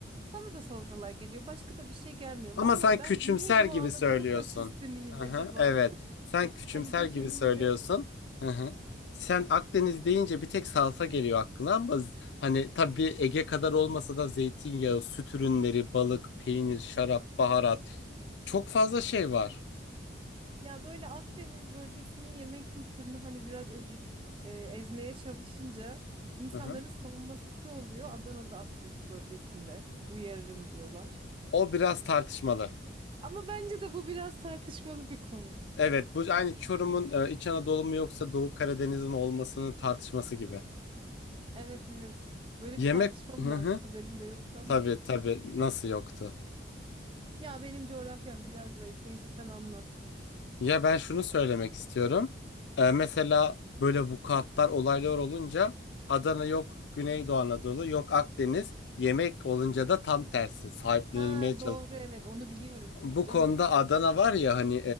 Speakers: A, on the right; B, on the left.
A: bana da salatalar geliyor. Başka da bir şey gelmiyor.
B: Ama
A: Valla
B: sen
A: ben
B: küçümser
A: Güneydoğu
B: gibi
A: Anadolu
B: söylüyorsun.
A: faşisti miyim
B: Hı
A: acaba?
B: hı, evet.
A: <laughs>
B: Sen küçümser
A: Hani düşününce.
B: gibi söylüyorsun. Hı hı. Sen Akdeniz deyince bir tek salsa geliyor aklına ama z- hani tabii Ege kadar olmasa da zeytinyağı, süt ürünleri, balık, peynir, şarap, baharat çok fazla şey var.
A: Ya böyle Akdeniz bölgesinin yemek kültürünü hani biraz ezik, e, ezmeye çalışınca insanların
B: Hı hı.
A: savunması şu oluyor. Adana'da Akdeniz bölgesinde uyarırım diyorlar.
B: O biraz tartışmalı.
A: Ama bence de bu biraz tartışmalı bir konu.
B: Evet, bu aynı Çorum'un e, İç Anadolu mu yoksa Doğu Karadeniz mi olmasının tartışması gibi.
A: Evet evet. Böyle
B: Yemek
A: bir tartışma mı
B: hı hı.
A: varmış? Haberim de yoktu ama.
B: Tabii tabii nasıl yoktu?
A: Ya benim coğrafyam biraz zayıf. Neyse sen anlat.
B: Ya ben şunu söylemek istiyorum. E, mesela böyle vukuatlar, olaylar olunca Adana yok, Güneydoğu Anadolu yok, Akdeniz. Yemek olunca da tam tersi sahiplenilmeye
A: Ha doğru evet onu biliyorum tabii
B: Bu
A: canım.
B: konuda Adana var ya hani